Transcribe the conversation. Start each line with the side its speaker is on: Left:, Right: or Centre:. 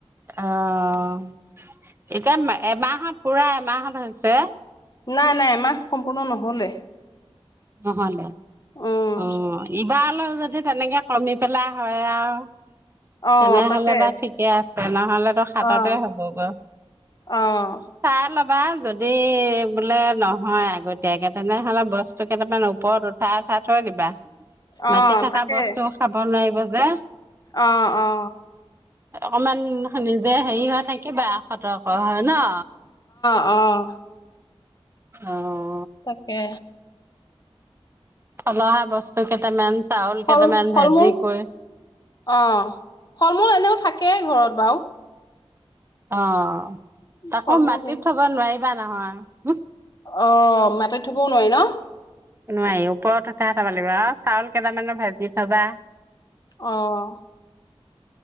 Right: অ', এতিয়া এমাহত পুৰা এমাহত হৈছে।
Left: নাই নাই এমাহ সম্পূৰ্ণ নহলে।
Right: নহ'লে,
Left: উম
Right: অ' এইবাৰ অল যদি তেনেকে কমি পেলাই হয় আৰু
Left: অ
Right: তেনেহলে
Left: তাকে
Right: বা ঠিকে আছে নহলে তো সাততে
Left: অ
Right: হবগৈ,
Left: অহ
Right: চাই ল'বা। যদি বোলে নহয় আগতীয়াকে তেনেহলে বস্তু <unintelligible> কেইটামান ওপৰত উঠাই উঠাই থৈ দিবা। মাটি
Left: অ'
Right: থকা
Left: তাকে,
Right: বস্তু খাব নোৱাৰিব যে
Left: অ' অ'।
Right: অকমান <unintelligible> দেয়া হেৰি হৈ থাকিবা, সতৰ্ক হৈ ন?
Left: অ'।
Right: অ'।
Left: তাকে।
Right: থলহা বস্তু কেইটামান, চাউল
Left: ফল
Right: কেইটামান,
Left: ফল
Right: ভেজি
Left: মূল
Right: কৈ
Left: অহ ফল মূল এনেও থাকেই ঘৰত বাৰু।
Right: অ'। আকৌ
Left: ফল মূল
Right: মাটিত থব নোৱাৰি। <unintelligible> নহয়।
Left: অ', মাটিত থবও নোৱাৰি ন?
Right: নোৱাৰি ওপৰত উঠাই থব লাগিব। আৰু চাউল কেইটামানো ভাজি থবা।
Left: অ'।